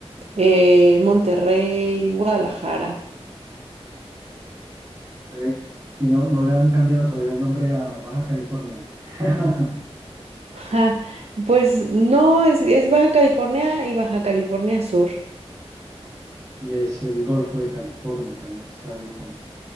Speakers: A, on the right (about 70°); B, on the right (about 30°).
A: eh, Monterrey, Guadalajara. <laughs>
B: ok. Y no, no le han cambiado todavía el nombre a Baja California. <laughs>
A: Ja, pues no, es, es Baja California y Baja California Sur.
B: Y es el Golfo de California también, que está ahí con